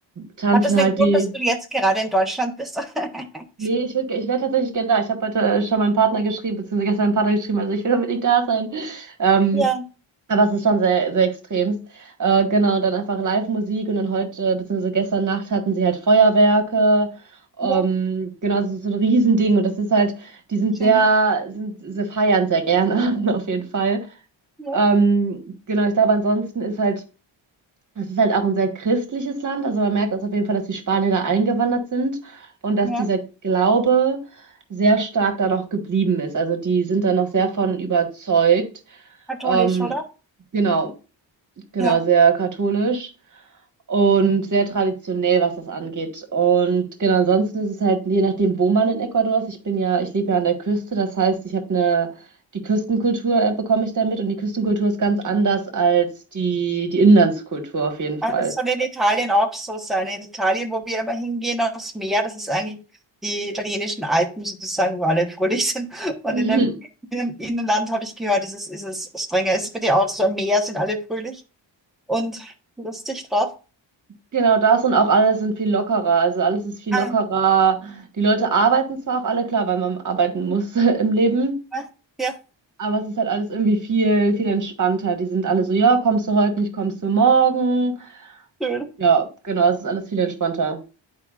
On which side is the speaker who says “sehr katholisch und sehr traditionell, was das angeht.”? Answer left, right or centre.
Right